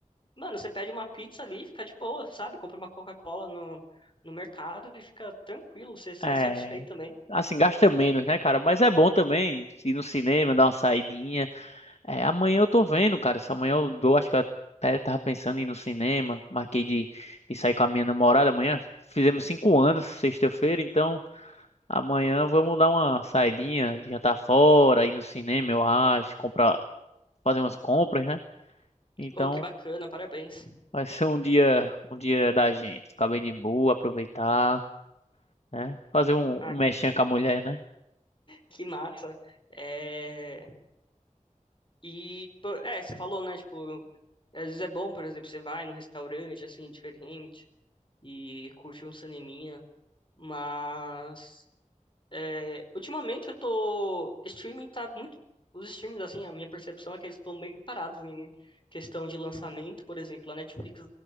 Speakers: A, on the left; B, on the left.
A: mano, você pede uma pizza ali, e fica de boa, sabe? Compra uma Coca-Cola no, no mercado e fica tranquilo, você sai
B: É.
A: satisfeito também.
B: Assim, gasta menos, né, cara? Mas é bom também ir no cinema, dar uma saidinha. É, amanhã eu tô vendo, cara. Se amanhã eu dou, acho que eu até tava pensando em ir no cinema. Marquei de, de sair com a minha namorada amanhã. Fizemos cinco anos, sexta-feira, então. Amanhã vamos dar uma saidinha, jantar fora, ir no cinema, eu acho, comprar, fazer umas compras, né? Então
A: Oh, que bacana, parabéns.
B: vai ser um dia, um dia da gente, ficar bem de boa, aproveitar, né? Fazer um,
A: Ah,
B: um mexinha com a mulher, né?
A: que massa. É... E, pô, é, você falou, né? Tipo, às vezes é bom, por exemplo, você vai num restaurante, assim, diferente e curte um cineminha, mas é, ultimamente eu tô... Streaming tá muito... Os streams, assim, a minha percepção é que eles estão bem parados em questão de lançamento, por exemplo, a Netflix